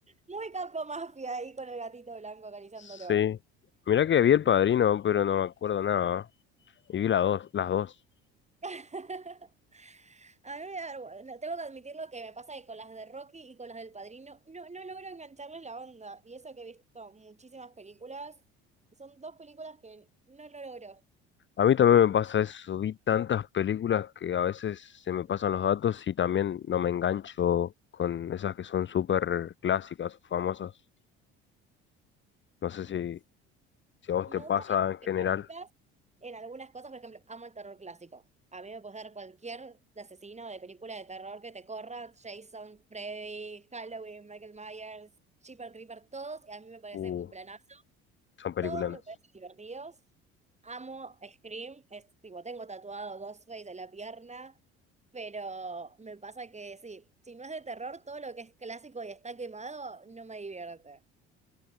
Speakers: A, on the right; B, on the left.
A: Muy campo mafia ahí con el gatito blanco acariciándolo.
B: Sí. Mirá que vi El Padrino, pero no me acuerdo nada. Y vi las dos, las dos.
A: <laughs> A mí me da vergüenza. Tengo que admitir lo que me pasa que con las de Rocky y con las del Padrino, no, no logro engancharles la onda. Y eso que he visto muchísimas películas, son dos películas que no lo logro.
B: A mí también me pasa eso, vi tantas películas que a veces se me pasan los datos y también no me engancho con esas que son súper clásicas o famosas. No sé si, si a vos
A: Me
B: te pasa
A: gustan las
B: en general,
A: clásicas en algunas cosas, por ejemplo, amo el terror clásico. A mí me puedes dar cualquier de asesino de película de terror que te corra, Jason, Freddy, Halloween, Michael Myers, Jeepers Creeper, todos, que a mí me parece
B: uh,
A: un planazo
B: son películas.
A: Todos me parecen divertidos. Amo Scream, es tipo, tengo tatuado Ghostface en la pierna, pero me pasa que sí, si no es de terror, todo lo que es clásico y está quemado no me divierte.